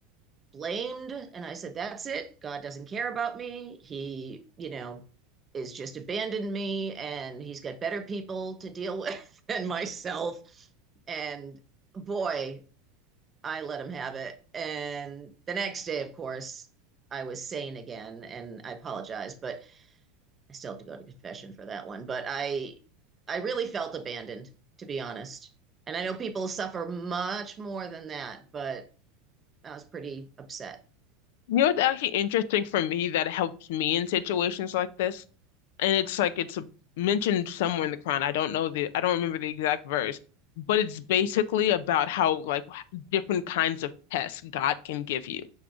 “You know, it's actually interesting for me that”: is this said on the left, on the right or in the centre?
Left